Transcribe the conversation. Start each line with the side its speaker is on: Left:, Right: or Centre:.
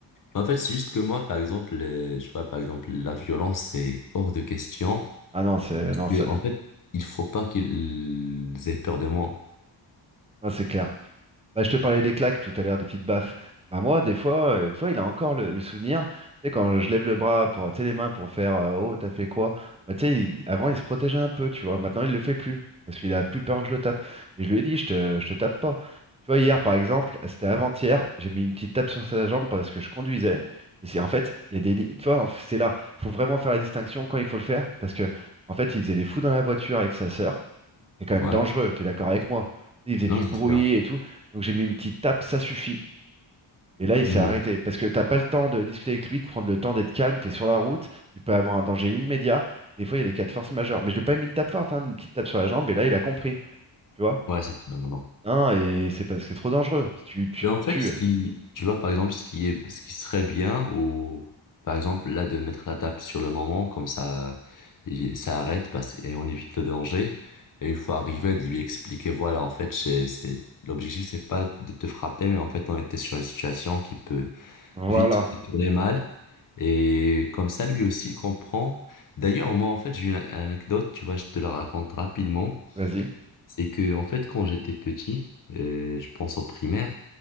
Left: En fait, c'est juste que moi, par exemple, euh, je vois, par exemple, la violence, c'est hors de question,
Right: Ah non, c'est
Left: parce
Right: non,
Left: que
Right: ça,
Left: en fait, il faut pas qu'ils aient peur de moi,
Right: ça, c'est clair. Bah, je te parlais des claques tout à l'heure, des petites baffes. Bah, moi, des fois, euh, tu vois, il a encore le, le souvenir. Tu sais, quand je lève le bras pour, tu sais, les mains pour faire euh, Oh, t'as fait quoi? Bah, tu sais, il- avant, il se protégeait un peu, tu vois. Maintenant, il le fait plus parce qu'il a plus peur que je le tape. Et je lui ai dit, je te, je te tape pas. Tu vois, hier, par exemple, ah, c'était avant-hier, j'ai mis une petite tape sur sa jambe parce que je conduisais. Et c'est en fait, il y a des. li- Tu vois, en f- c'est là. Il faut vraiment faire la distinction quand il faut le faire parce que, en fait, il faisait les fous dans la voiture avec sa sœur. C'est quand même
Left: ouais.
Right: dangereux, t'es d'accord avec moi? Il faisait
Left: Non,
Right: du
Left: ça
Right: bruit
Left: se perd.
Right: et tout, donc j'ai mis une petite tape, ça suffit. Et là, il s'est
Left: Hmm.
Right: arrêté, parce que t'as pas le temps de discuter avec lui, de prendre le temps d'être calme, t'es sur la route, il peut avoir un danger immédiat. Des fois, il y a des cas de force majeure. Mais je lui ai pas mis une tape forte, hein, une petite tape sur la jambe, et là, il a compris, tu vois?
Left: Ouais, c'est non, non, non.
Right: Hein, et c'est parce que c'est trop dangereux, tu, tu
Left: Et en
Right: te
Left: fait,
Right: tues.
Left: ce qui, tu vois, par exemple, ce qui est, ce qui serait bien, ou par exemple, là, de mettre la tape sur le moment, comme ça, il- ça arrête parce, et on évite le danger. Et une fois arrivé, de lui expliquer, voilà, en fait, c'est, c'est- l'objectif, c'est pas de te frapper, mais en fait, on était sur une situation qui peut
Right: Voilà,
Left: vite tourner mal. Et comme ça, lui aussi, il comprend. D'ailleurs, moi, en fait, j'ai une anecdote, tu vois, je te la raconte rapidement.
Right: vas-y.
Left: C'est que, en fait, quand j'étais petit, euh, je pense au primaire,